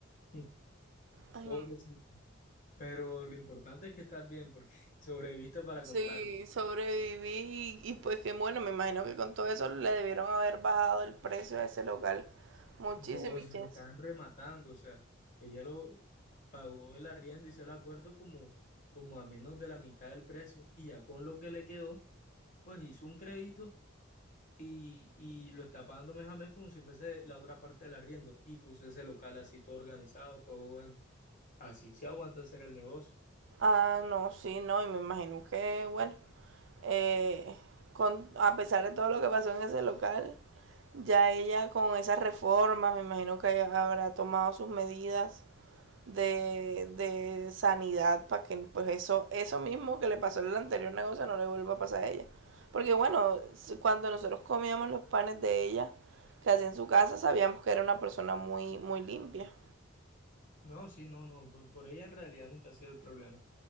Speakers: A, on the left; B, on the right.
A: <laughs>
B: Ay,
A: pobrecito. Pero lo importante es que estás bien porque <laughs> sobreviviste para
B: sí,
A: contarlo.
B: sobreviví y, y pues que bueno, me imagino que con todo eso le debieron haber bajado el precio a ese local muchísimo
A: No, eso
B: y quién
A: lo estaban
B: sa-
A: rematando, o sea, ella lo, pagó el arriendo, hizo el acuerdo como, como a menos de la mitad del precio y ya con lo que le quedó, pues hizo un crédito y, y lo está pagando mes a mes como si fuese la otra parte del arriendo y puso ese local así todo organizado, todo bueno. Así se aguanta hacer el negocio.
B: Ah, no, sí, no, y me imagino que bueno, eh, con, a pesar de todo lo que pasó en ese local, ya ella con esas reformas, me imagino que haya- habrá tomado sus medidas de, de sanidad para que pues eso, eso mismo que le pasó en el anterior negocio no le vuelva a pasar a ella. Porque bueno, cuando nosotros comíamos los panes de ella, que hacía en su casa, sabíamos que era una persona muy, muy limpia.
A: No, sí, no, no, por por ella en realidad nunca ha sido el problema.